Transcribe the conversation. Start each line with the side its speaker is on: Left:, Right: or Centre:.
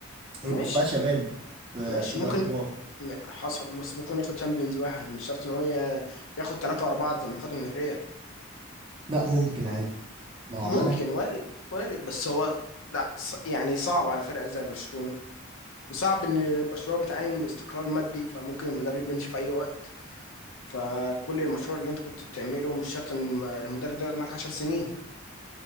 Right: هيبقوا
Left: ماشي
Right: بقى شباب آه،
Left: ماشي
Right: كده
Left: ممكن
Right: كبار
Left: م- حصل بس ممكن ياخد شامبيونز واحد مش شرط ان هو ي- ياخد ثلاثة ورا بعض زي ما خدهم الريال
Right: لا ممكن عادي لو عملها
Left: ممكن وارد وارد بس هو لا ص- يعني صعب على فرقة زي برشلونة وصعب ان برشلونة بتعاني من استقرار مادي فممكن المدرب يمشي في اي وقت فكل المشروع اللي انت كنت بتعمله مش شرط ان الم- المدرب ده يقعد معاك 10 سنين